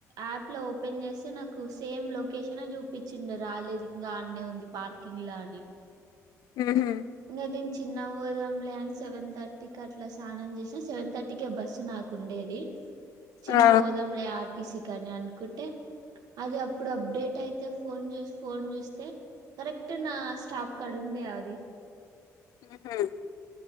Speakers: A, on the right; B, on the left.
A: యాప్ లో ఓపెన్ చేస్తే నాకు సేమ్ లొకేషనె చూపించింది రాలేదు ఇంగా అన్నే ఉంది పార్క్ కింగ్ల అని
B: హ్మ్ హు
A: ఇంగ నేను చిన్నగ పోదాంలే అని సెవెన్ థర్టీ టికట్ల స్నానం చేసి సెవెన్ థర్టీకే బస్సు నాకు ఉండేది చిన్న
B: ఆ
A: పోదాంలే ఆ సి కాని అనుకుంటే అది అప్పుడు అప్డేట్ అయితే ఫోన్ చెసి ఫోన్ చూస్తే కరెక్ట్ నా స్టాప్ కడ ఉందె అది
B: హ్మ్ హు